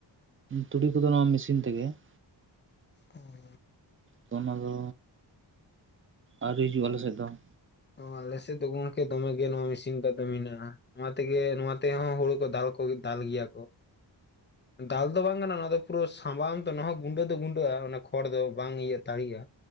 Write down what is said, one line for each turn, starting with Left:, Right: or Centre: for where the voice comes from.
Right: ᱛᱩᱲᱤ ᱠᱚᱫᱚ ᱱᱚᱣᱟ ᱢᱤᱥᱤᱱ ᱛᱮᱜᱮ ᱾
Left: ᱚ <unintelligible>
Right: ᱛᱚ ᱚᱱᱟ ᱫᱚ, ᱟᱹᱣᱨᱤ ᱦᱤᱡᱩᱜ ᱟᱞᱮᱥᱮᱫ ᱫᱚ ᱾
Left: ᱚ ᱟᱞᱮᱥᱮᱫ ᱫᱚ ᱜᱚᱢᱠᱮ ᱫᱚᱢᱮ ᱜᱮ ᱱᱚᱣᱟ ᱢᱮᱥᱤᱱ ᱛᱮᱫᱚ ᱢᱮᱱᱟᱜᱼᱟ ᱾ ᱱᱚᱣᱟ ᱛᱮᱜᱮ ᱱᱚᱣᱟ ᱛᱮᱦᱚᱸ ᱦᱩᱲᱩ ᱠᱚ ᱫᱟᱞ ᱠᱚ ᱫᱟᱞ ᱜᱮᱭᱟ ᱠᱚ᱾ ᱫᱟᱞ ᱫᱚ ᱵᱟᱝ ᱠᱟᱱᱟ ᱚᱱᱟ ᱫᱚ ᱾ ᱯᱩᱨᱟᱹ ᱥᱟᱢᱵᱟᱣᱟᱢ ᱛᱚ ᱚᱱᱟ ᱜᱩᱸᱰᱟᱹ ᱫᱚ ᱜᱩᱸᱰᱟᱹᱜᱼᱟ ᱚᱱᱟ ᱠᱷᱚᱲ ᱫᱚ ᱵᱟᱝ ᱤᱭᱟᱹᱟᱹᱜ ᱛᱟᱲᱤᱜᱼᱟ